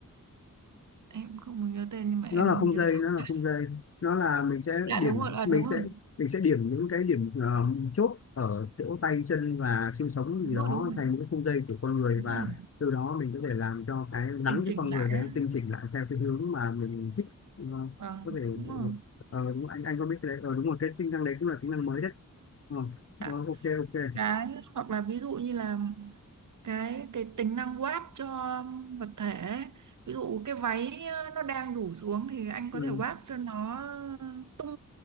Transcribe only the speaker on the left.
nó là khung
dây
nó là
khung dây nó là mình sẽ
điểm
mình
sẽ
mình sẽ điểm những cái điểm ờ, chốt ở chỗ tay chân và xương sống
gì
đó
thành những khung dây của con người và
từ đó mình có thể làm cho cái nắn
cái
con người
để tinh chỉnh lại theo cái hướng mà mình thích Ờ,
có
thể
ờ, đúng, anh anh có biết cái đấy ờ, đúng rồi cái tính năng đấy cũng là tính năng mới đấy Ờ,
ờ, ok ok
ừ.